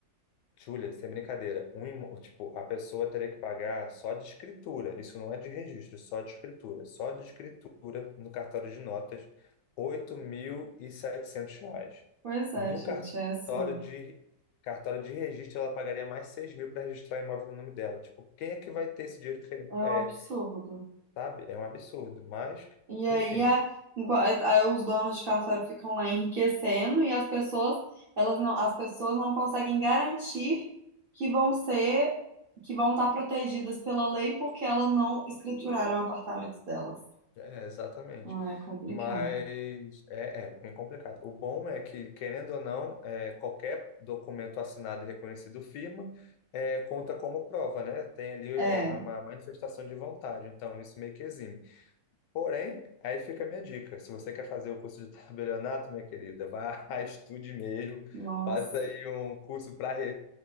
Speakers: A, on the left (about 75°); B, on the right (about 65°).
A: Júlia, sem brincadeira, um, imó- tipo, a pessoa teria que pagar só de escritura, isso não é de registro, só de escritura, só de escritura no cartório de notas, 8.700 reais.
B: Pois é,
A: No
B: gente,
A: cartório
B: é assim,
A: de, cartório de registro, ela pagaria mais seis mil para registrar o imóvel no nome dela. Tipo, quem é que vai ter esse dinheiro que ele,
B: é um
A: é,
B: absurdo.
A: sabe? É um absurdo, mas,
B: E aí,
A: enfim.
B: a- enqua- aí os donos de cartório ficam lá enriquecendo e as pessoas, elas não, as pessoas não conseguem garantir que vão ser, que vão estar protegidas pela lei porque elas não escrituraram o apartamento delas.
A: É, exatamente.
B: Ah, é complicado.
A: Mas é, é bem complicado. O bom é que, querendo ou não, é, qualquer documento assinado e reconhecido firma é, conta como prova, né? Tem ali é,
B: É,
A: é uma manifestação de vontade, então isso meio que exime. Porém, aí fica a minha dica. Se você quer fazer o curso de <laughs> tabelionato, minha querida, vá, <laughs> estude mesmo,
B: nossa,
A: faça aí um curso para...